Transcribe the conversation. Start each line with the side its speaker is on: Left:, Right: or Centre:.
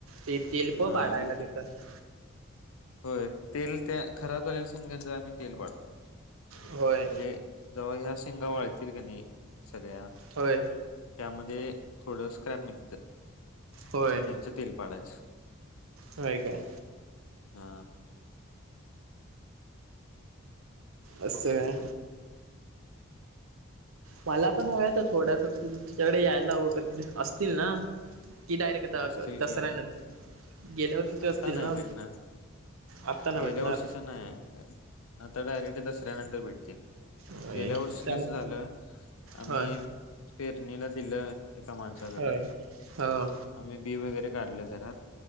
Right: ते तीलप
Left: नाही
Right: पाडायला
Left: विक
Right: देतात.
Left: होय तेल त्या खराब झालेल्या शिंग्याच आम्ही तेल पाढतो.
Right: होय
Left: म्हणजे जेव्हा ह्या शिंगा वाळतील की नाही, सगळ्या
Right: होय
Left: त्यामध्ये थोडं स्क्रॅप निघतं,
Right: होय
Left: त्यांचं तेल पाडाय
Right: होय काय?
Left: हा
Right: असं मला पण <unintelligible> थोड्यात तुझ्याकडे यायला व असतील ना? कि डायरेक्ट आता
Left: असतील
Right: दसऱ्यानंतर,
Left: की
Right: गेल्यावर्षीचे
Left: आत्ता
Right: असतील
Left: नाही
Right: ना?
Left: भेटणार
Right: आत्ता नाही
Left: गेल्या
Right: भेटणार
Left: वर्षीचे नाही, आता डायरेक्ट दसऱ्या नंतर भेटतील.
Right: होय
Left: गेल्या वर्षी
Right: त्याला
Left: कसं झालं आम्ही
Right: होय
Left: पेरणीला दिलं, एका माणसाकडे
Right: होय हो
Left: आम्ही बी वगैरे काढलं घरात.